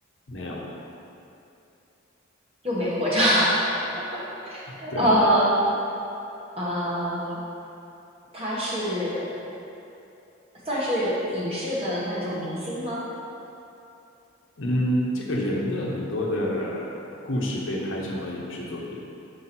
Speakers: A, on the left; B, on the right.
A: 没有，
B: 又没活着。<laughs>
A: 对啊，
B: 呃呃，他是算是影视的那种明星吗？
A: 嗯，这个人的很多的故事被拍成了影视作品，